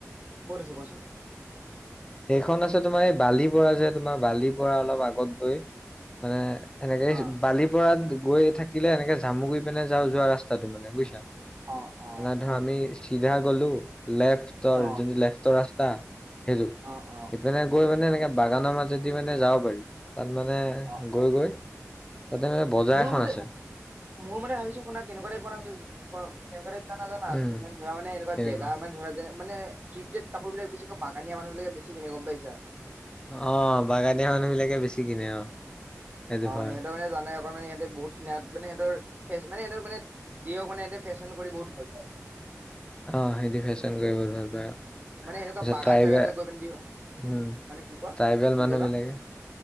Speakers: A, on the right; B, on the left.
A: ক'ত আছে কচোন
B: সেইখন আছে তোমাৰ এই বালি পৰা যে তোমাৰ বালিপৰা অলপ আগত গৈ, মানে এনেকে
A: অ
B: বালিপৰা গৈ থাকিলে এনেকে জামুগুৰি পিনে যোৱা ৰাস্তাটো মানে বুজিছা?
A: অ অ
B: মানে ধৰ আমি চিধা গ'লো, লেফ্টৰ
A: অ
B: যোনটো লেফ্টৰ ৰাস্তা সেইটো।
A: অ অ
B: ইপিনে গৈ মানে এনেকে বাগানৰ মাজেদি মানে যাব পাৰি। তাত মানে
A: অ
B: গৈ
A: অ
B: গৈ, তাতে মানে বজাৰ
A: মোৰ
B: এখন
A: মতে
B: আছে।
A: মোৰ মানে ভাবিছো শুনা কেনেকুৱা টাইপ বনাম, ব কেনেকুৱা টাইপ জানা জানা
B: উম
A: ইমান ধৰা মানে এনেকুৱা
B: তেনেকুৱা
A: জেগামান ধৰে যে মানে থ্ৰীফ্টেড কাপোৰ বিলাক বেছিকে বাগানীয়া মানুহ বিলাকে বেছি কিনে গম পাইছা?
B: অ' বাগানীয়া মানুহবিলাকে বেছি কিনে অ'। সেইটো
A: অ' মানে
B: হয়।
A: সিহঁতৰ মানে জানে অকমানে ইহঁতে বহুত কিনাত, মানে সিহঁতৰ মানে ফেচ মানে সিহঁতৰ মানে যিহওঁক মানে ইহঁতে ফেশ্বন কৰি বহুত ভাল পায়।
B: অ', সিহঁতি ফেশ্বন কৰি বহুত ভাল পায়। তাৰপিছত
A: মানে এনেকুৱা বাগান
B: ট্ৰাইবেল,
A: চাগান গৈ পিনে দিবা
B: উম
A: মানে কি কোৱা
B: ট্ৰাইবেল
A: কি
B: মানুহ
A: ক'লা
B: বিলাকে